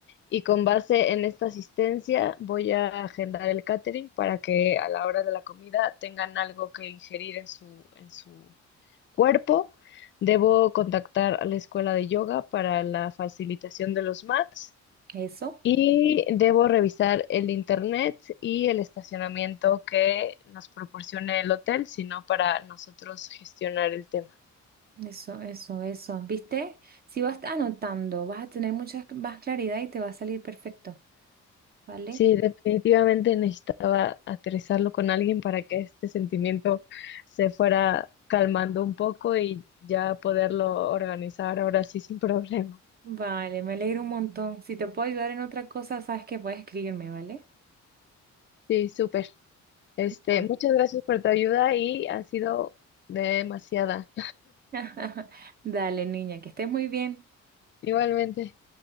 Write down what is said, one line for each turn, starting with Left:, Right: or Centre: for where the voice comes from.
Left: y con base en esta asistencia voy a agendar el catering para que a la hora de la comida tengan algo que ingerir en su, en su cuerpo. Debo contactar a la escuela de yoga para la facilitación de los mats
Right: eso.
Left: y debo revisar el internet y el estacionamiento que nos proporcione el hotel, sino para nosotros gestionar el tema.
Right: Eso, eso, eso. ¿Viste? Si vas anotando, vas a tener mucha más claridad y te va a salir perfecto, ¿vale?
Left: Sí, definitivamente necesitaba aterrizarlo con alguien para que este sentimiento se fuera calmando un poco y ya poderlo organizar ahora sí sin problema.
Right: Vale, me alegro un montón. Si te puedo ayudar en otra cosa, sabes que puedes escribirme, ¿vale?
Left: Sí, súper. Este,
Right: Bueno.
Left: muchas gracias por tu ayuda y ha sido demasiada.
Right: <laughs> Dale, niña, que estés muy bien.
Left: <laughs> Igualmente.